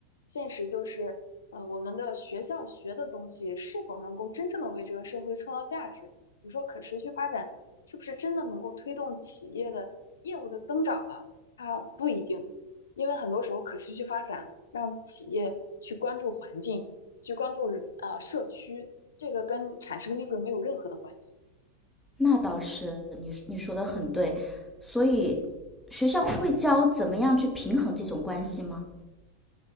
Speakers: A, on the left; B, in the centre.
A: 现实就是呃我们的学校学的东西是否能够真正的为这个社会创造价值？你说可持续发展是不是真的能够推动企业的业务的增长呢？它不一定。因为很多时候可持续发展让企业去关注环境，去关注呃社区，这个跟产生利润没有任何的关系。
B: 那倒是，你你说的很对。所以学校会教怎么样去平衡这种关系吗？